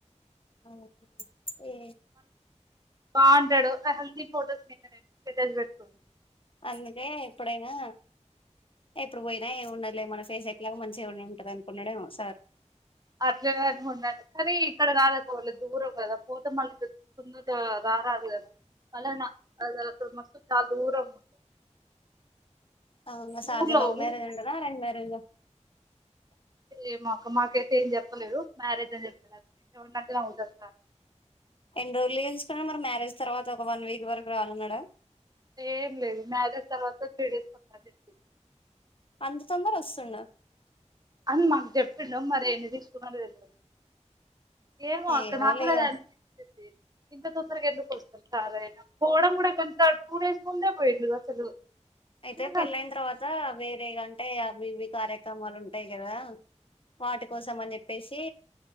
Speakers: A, on the left; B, on the right.
A: అహా ఏ
B: బాగుంటాడు హెల్దీ ఫొటోస్ నేను స్టేటస్ పెట్టుకున్నాను
A: అందుకే ఎప్పుడైనా ఎప్పుడు పోయినా ఏమి ఉండదులే మన ఫేస్ ఎట్లాగో మంచి ఉంటది అనుకున్నాడేమో సార్
B: అట్లనే అనుకుంటాండు కానీ ఇక్కడ కాదు వాళ్ళు దూరం కదా పో మళ్లీ <unintelligible> రారాదు కదా మలానా అసలు మస్తు చాలా దూరం ఉంటుంది
A: అవును సార్
B: ఊర్లో
A: ది లవ్ మ్యారేజ్
B: ఊరు
A: అంటనా అరేంజ్ మ్యారేజ
B: సైడ్ మాకు మాకైతే ఏం చెప్పలేదు మ్యారేజ్ అని చెప్ ఎవడు నచ్చిన ఉంటడు సార్
A: ఎన్ని రోజులు లీవ్ తీసుకున్నాడు మ్యారేజ్ తర్వాత ఒక వన్ వీక్ వరకు రానన్నడ
B: ఏం లేదు మ్యారేజ్ తర్వాత త్రీ డేస్ కొత్తా అన్ చెప్పాడు
A: అంత తొందర వస్తుండ
B: అని మాకు చెప్పిండు మరి ఎన్ని తీసుకున్నాడో మాక్ తెలీదు ఏమో
A: ఏమోలే
B: అక్క నా కూడా
A: ఇగ
B: అదే అనిపిస్తుంది ఇంత తొందరగా ఎందుకు వస్తారు సార్ అయినా పోవడం కూడా గంత టూ డేస్ ముందే పోయిండు అసలు
A: అయితే
B: ఎందుకంత
A: పెళ్ళైన తర్వాత వేరేగా అంటే అవి ఇవి కార్యక్రమాలు ఉంటాయి కదా వాటి కోసం అని చెప్పేసి